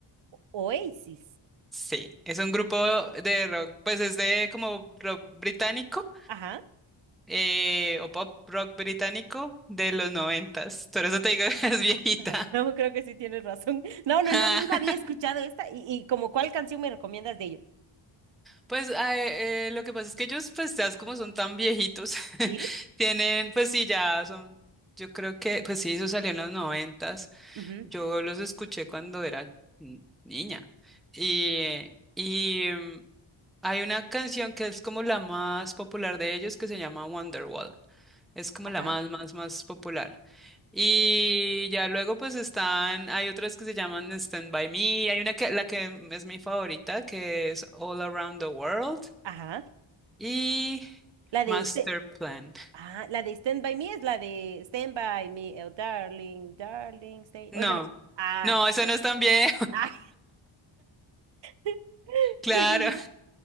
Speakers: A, on the right; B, in the centre.
A: Oasis.
B: Sí, es un grupo de rock, pues es de como rock británico,
A: Ajá.
B: eh, o pop rock británico de los noventas, por eso te digo <laughs> que es viejita.
A: Ajá. <laughs> No, creo que sí tienes razón. <laughs> No, no,
B: <laughs>
A: no, nunca había escuchado esta. ¿Y, y como cuál canción me recomiendas de ellos?
B: Pues ah, eh, eh, lo que pasa es que ellos, pues ya como son tan viejitos, <laughs>
A: ¿Sí?
B: tienen, pues sí, ya son, yo creo que, pues sí, eso salió en los noventas,
A: Ujú.
B: yo los escuché cuando era mm, niña. Y, y mm, hay una canción que es como la más popular de ellos que se llama Wonderwall. Es como
A: Ajá.
B: la más, más, más popular. Y ya luego pues están, hay otras que se llaman Stand By Me, hay una que, la que es mi favorita, que es All Around the World
A: Ajá.
B: y
A: La de
B: Master
A: este.
B: Plan.
A: Ah, la de Stand By Me es la de Stand By Me, oh, darling, darling, stay.
B: No,
A: O esa no es. Ah,
B: no, eso
A: ya
B: no
A: sé.
B: es tan vieja,
A: Ay, <laughs>
B: <laughs> claro.
A: según yo.